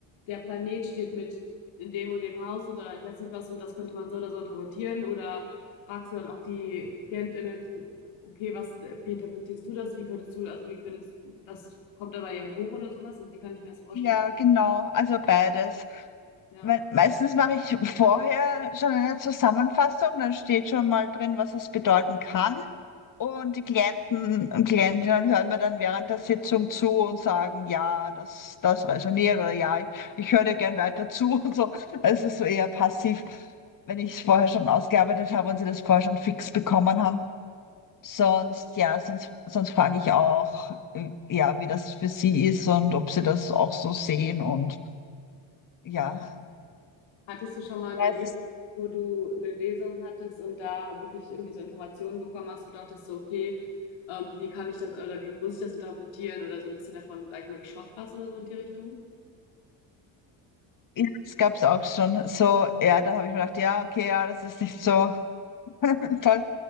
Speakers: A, on the left; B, on the left.
A: der Planet steht mit in dem und dem Haus oder ich weiß nicht was und das könnte man so oder so interpretieren oder fragst du dann auch die KlientInnen, okay, was, wie interpretierst du das? Wie könntest du, also wie findest, was kommt da bei dir hoch oder sowas? Also wie kann ich mir das vorstellen?
B: Ja, genau, also beides.
A: Ja.
B: Me meistens mache ich vorher schon eine Zusammenfassung, dann steht schon mal drin, was es bedeuten kann. Und die Klienten und Klientinnen hören mir dann während der Sitzung zu und sagen, ja, das, das resoniert oder ja, ich, ich höre dir gern weiter zu <laughs> und so. Es ist so eher passiv, wenn ich es vorher schon ausgearbeitet habe und sie das vorher schon fix bekommen haben. Sonst, ja, sonst, sonst frage ich auch, äh, ja, wie das für sie ist und ob sie das auch so sehen und ja.
A: Hattest du schon mal ein
B: Ja,
A: Erlebnis,
B: es ist
A: wo du eine Lesung hattest und da wirklich irgendwie so Informationen bekommen hast, wo du dachtest so, okay, ähm, wie kann ich das oder wie muss ich das interpretieren oder so ein bisschen davon, sag ich mal, geschockt warst oder so in die Richtung?
B: Ja, das gab es auch schon. So, ja, da habe ich mir gedacht, ja, okay, ja, das ist nicht so <laughs> toll.